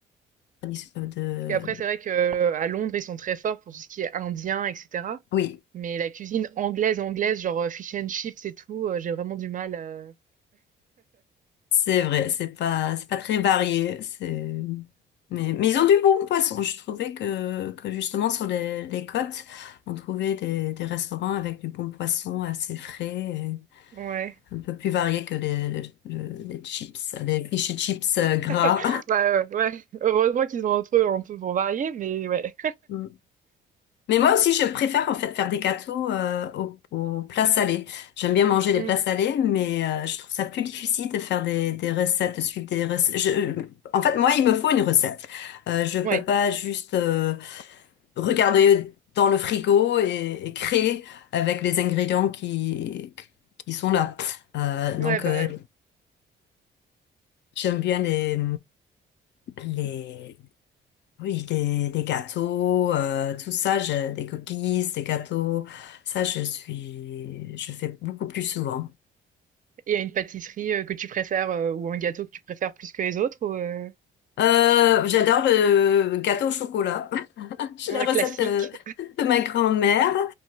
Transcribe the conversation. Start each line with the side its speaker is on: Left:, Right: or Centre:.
Left: tradition- euh, de...
Right: qu'après c'est vrai que euh, à Londres, ils sont très forts pour tout ce qui est indien et cetera.
Left: Oui,
Right: Mais la cuisine anglaise, anglaise, genre, heu, fish and chips et tout, heu, j'ai vraiment du mal, heu
Left: c'est vrai, c'est pas, c'est pas très varié. C'est... Mais, mais ils ont du bon poisson. Je trouvais que, que justement sur les, les côtes, on trouvait des, des restaurants avec du bon poisson assez frais et
Right: ouais.
Left: un peu plus varié que les, les, les chips, les fish and chips euh, gras.
Right: <laughs> Bah, heu, ouais, heureusement qu'ils ont entre eux un peu pour varier, mais ouais.
Left: <laughs> Mais moi aussi, je préfère en fait faire des gâteaux euh, aux, aux plats salés. J'aime bien manger les
Right: Mmh,
Left: plats salés, mais euh, je trouve ça plus difficile de faire des, des recettes, de suivre des recettes. Je- en fait, moi, il me faut une recette. Euh, je peux
Right: ouais,
Left: pas juste euh, regarder dans le frigo et, et créer avec les ingrédients qui qui sont là. Euh, donc,
Right: ouais, bah,
Left: euh,
Right: ouais
Left: j'aime bien les les Oui, des, des gâteaux, euh, tout ça, je- des cookies, des gâteaux, ça je suis, je fais beaucoup plus souvent.
Right: et à une pâtisserie, heu, que tu préfères, heu, ou un gâteau que tu préfères plus que les autres ou, heu,
Left: Euh, j'adore le gâteau au chocolat. <laughs> J'ai
Right: un
Left: la recette
Right: classique?
Left: de, de ma grand-mère.